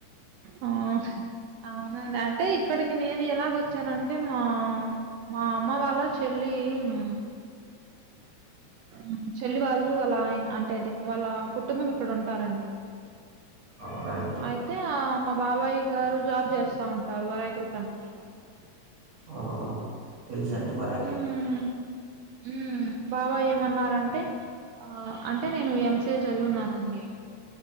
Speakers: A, on the right; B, on the right.
A: ఆ అవునండి అంటే ఇక్కడికి నేను ఎలాగొచ్చానంటే మా మా అమ్మ వాళ్ళ చెల్లీ ఉమ్ మ్ చెల్లి వాళ్ళు వాళ్ళ ఆయన అంటే అదే వాళ్ళ కుటుంబం ఇక్కడ ఉంటారండి
B: అవునా అండి
A: అయితే ఆ మా బాబాయి గారు జాబ్ చేస్తా ఉంటారు ఒరాకిల్ కంపెనీలో
B: ఆ తెలుసండి ఒరాకిల్
A: మ్మ్ మ్మ్ బాబాయ్ ఏమన్నారంటే ఆ అంటే నేను ఎంసిఎ చదివున్నానండి